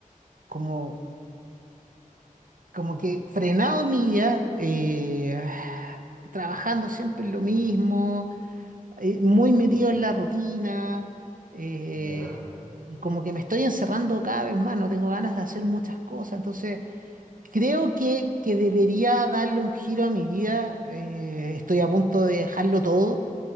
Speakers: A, on the right; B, on the left.
A: como, como que frenado en mi vida, eh, trabajando siempre
B: Un po-
A: en lo mismo. eh, muy
B: Uy,
A: metido en la rutina eh,
B: ya,
A: y como que me estoy encerrando cada vez más, no tengo ganas de hacer muchas cosas, entonces creo que, que debería darle un giro a mi vida, eh, estoy a punto de dejarlo todo